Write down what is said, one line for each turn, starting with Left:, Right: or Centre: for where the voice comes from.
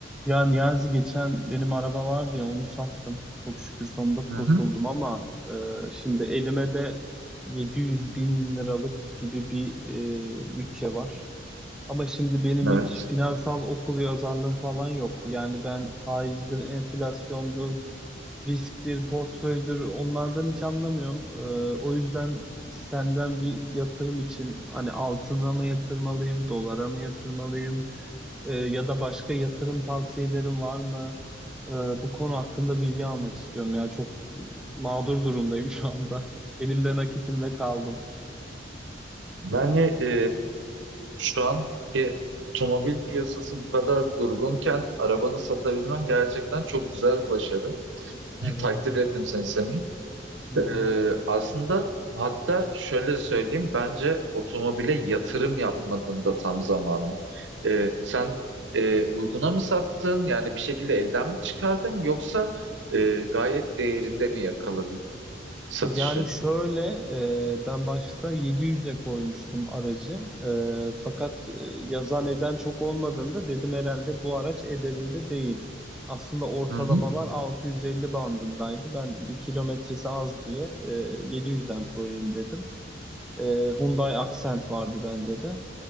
Centre: Ya Niyazi geçen benim araba vardı ya onu sattım. Çok şükür sonunda
Right: Hı
Centre: kurtuldum
Right: hı,
Centre: ama e, şimdi elime de 700 bin liralık gibi bir e, bütçe var. Ama şimdi benim
Right: evet.
Centre: hiç finansal okul yazarlığım falan yok. Yani ben faizdir, enflasyondur, risktir, portföydür onlardan hiç anlamıyorum. E, o yüzden senden bir yatırım için hani altına mı yatırmalıyım, dolara mı yatırmalıyım? Ee, ya da başka yatırım tavsiyelerin var mı? Ee, bu konu hakkında bilgi almak istiyorum ya. Çok mağdur durumdayım <laughs> şu anda. Elimde nakitimle kaldım.
Right: Yani e, şu anki otomobil piyasası bu kadar durgunken arabanı satabilmen gerçekten çok güzel bir başarı. <laughs>
Centre: Evet.
Right: Takdir ettim seni Semih.
Centre: Hı hı.
Right: E, aslında hatta şöyle söyleyeyim bence otomobile yatırım yapmanın da tam zamanı. E, sen e, uyguna mı sattın yani bir şekilde elden mi çıkardın yoksa e, gayet değerinde mi yakaladın satışı?
Centre: Yani şöyle e, ben başta 700'e koymuştum aracı. E, fakat e, yazan eden çok olmadığında dedim herhalde bu araç ederinde değil. Aslında ortalamalar
Right: Hı hı.
Centre: 650 bandındaydı. Ben bir kilometresi az diye e, 700'den koyayım dedim. E, Hyundai Accent vardı bende de.